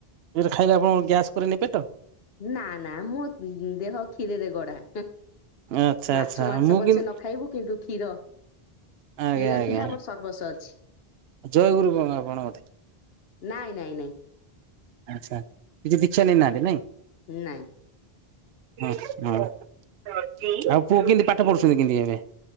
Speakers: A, on the right (about 75°); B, on the left (about 70°).
A: ଖାଇଲେ ଆପଣ ଗ୍ୟାସ୍ କରେନି ପେଟ?
B: ନା ନା ମୋ ଦେହ କ୍ଷୀରରେ ଗଢା।
A: ଆଚ୍ଛା
B: ମାଛ,
A: ଆଚ୍ଛା
B: ମାଂସ
A: ମୁଁ
B: ପଛେ
A: କିନ୍ତୁ
B: ନ ଖାଇବୁ କିନ୍ତୁ କ୍ଷୀର।
A: ଆଜ୍ଞା
B: କ୍ଷୀର
A: ଆଜ୍ଞା
B: ଥିଲେ ଆମର ସର୍ବସ୍ୱ ଅଛି
A: ଜୟଗୁରୁ କଣ ଆପଣ ଗୋଧେ।
B: ନାଇଁ ନାଇଁ ନାଇଁ।
A: ଆଚ୍ଛା କିଛି ଦୀକ୍ଷା ନ ନେଇ ନାହାଁନ୍ତି ନାଇଁ?
B: ନାଇଁ।
A: ହ ହ ଆଉ ପୁଅ କେମତି ପାଠ ପଢୁଛନ୍ତି କେମତି ଏବେ?